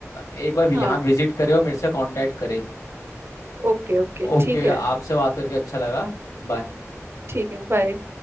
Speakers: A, on the left (about 80°); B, on the right (about 50°).
A: एक बार यहाँ
B: हाँ
A: विजिट करें और मेरे से कांटेक्ट करें
B: ओके ओके
A: ओके
B: ठीक है
A: आपसे बात करके अच्छा लगा बाय
B: ठीक है बाय